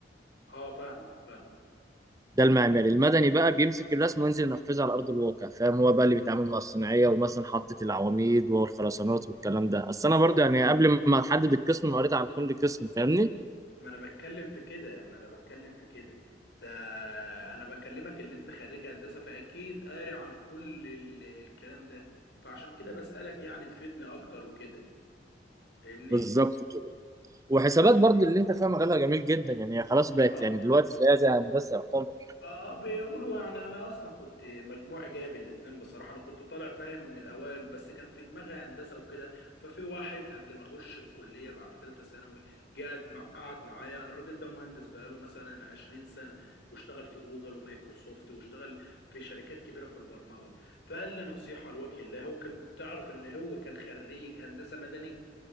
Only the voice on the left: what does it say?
اه فاهم فاهم
ما انا بتكلم في كده ما انا بتكلم في كده ده انا بكلمك اللي انت خريج هندسه فاكيد قاري عن كل ال- الكلام ده فعشان كده بسألك يعني تفيدني اكتر وكده فاهمني
اه
اه بيقولوا يعني انا اصلا كنت مجموعي جايب الاتنين بصراحه انا كنت طالع فاهم من الاوائل بس كان في دماغي هندسه وكده ففي واحد قبل ما اخش الكليه بعد ثالثه ثانوي جه قعد مع قعد معايا الراجل ده مهندس بقاله مثلا 20 سنه واشتغل في جوجل ومايكروسوفت واشتغل في شركات كبيره في البرمجه فقال لي نصيحه لوجه الله هو كان تعرف ان هو كان خريج هندسه مدني